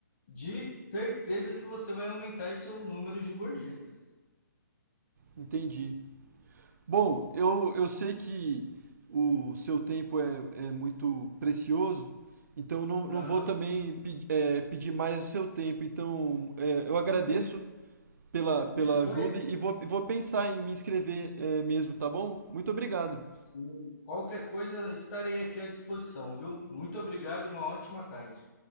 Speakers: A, on the left; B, on the right.
A: de certeza que você vai aumentar seu número de gorjetas.
B: Entendi. Bom, eu, eu sei que o seu tempo é, é muito precioso, então não,
A: Aham,
B: não vou também pe- é, pedir mais o seu tempo. Então, é, eu agradeço
A: tudo bem.
B: pela, pela
A: Disponha.
B: ajuda e vou, vou pensar em me inscrever, é, mesmo, tá bom? Muito obrigado.
A: Sim. Qualquer coisa, estarei aqui à disposição, viu? Muito obrigado e uma ótima tarde.